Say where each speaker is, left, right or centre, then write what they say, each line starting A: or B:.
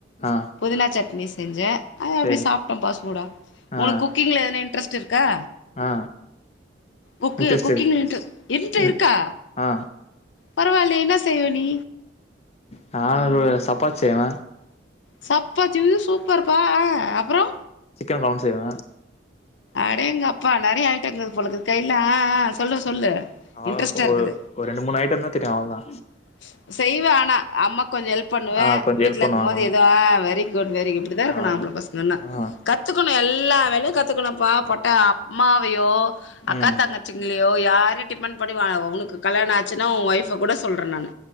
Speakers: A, on the left; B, on the left.
A: ஆ
B: புதினா சட்னி செஞ்ச அத அப்படி
A: சேரி
B: சாப்ட்டோம்பா சூடா
A: ஆ
B: உனக் குக்கிங்ல எதனா இன்ட்ரெஸ்ட் இருக் க்கா
A: ஆ
B: குக்கு
A: இன்ட்ரெஸ்ட்
B: குக்
A: இருக்கு
B: கிங்லருக்கு இன்ட்ட
A: ம்
B: இருக்கா
A: ஆ
B: பரவால்லயே என்னா செய்வ நீ
A: நா ஒரு சப்பாத்தி செய்வ
B: சப்பாத்தியுமே சூப்பர்ப்பா அ அப்பறொ
A: சிக்கன் கொழம்பு செய்வ
B: அடேங்கப்பா நெறைய ஐட்டங்கள் போலருக்குது கைல்ல அ ஆ சொல்லு சொல்லு
A: அவ்ளோதா
B: இன்ட்ரெஸ்ட்டா இருக்குது
A: ஒரு ஒரு ரெண்டு மூணு ஐட்டம்தா தெரியு அவ்ளதா
B: <inaudible> செய்வே ஆனா அம்மாக்கு கொஞ்சொ ஹெல்ப் பண்ணுவ
A: ஆ கொஞ்சோ
B: வீ்ட்ல
A: ஹெல்ப்
B: இருக்கும்
A: பண்ணுவே
B: போது
A: அவ்ளோதா
B: எதுவா வெரி குட் வெரி இப்படிதா இருக்கணு
A: அவ்ளோதா
B: ஆம் ப்ள பசங்கன்னா
A: ஆ
B: கத்துக்கணு எல்லா வேலையு கத்துக்கணும்ப்பா பொட்டா அம்மாவையோ அக்கா
A: ம்
B: தங்கச்சிங்களோயோ யாரயு டிபெண்ட் பண்ணி வாழா உனக்கு கல்யாணொ ஆச்சுனா உ ஒய்ஃப்ப கூட சொல்ற நான்